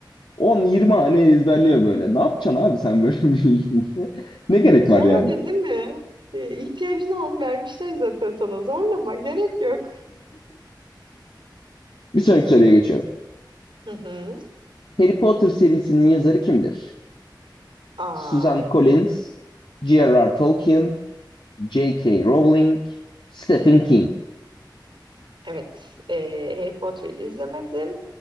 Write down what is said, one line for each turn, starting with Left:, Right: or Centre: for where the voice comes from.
Left: 10-20 hane ezberliyor böyle. Ne yapacaksın abi sen böyle <laughs> bir bilgiyle? Ne gerek
Right: Yani
Left: var yani?
Right: değil mi? E, İhtiyacın olanı vermişler zaten sana. Zorlama gerek yok.
Left: Bir sonraki soruya geçiyorum.
Right: Hı hı.
Left: Harry Potter serisinin yazarı kimdir?
Right: Aa,
Left: Susan Collins, J.R.R. Tolkien, J.K. Rowling, Stephen King.
Right: evet. E, Harry Potter'ı izlemedim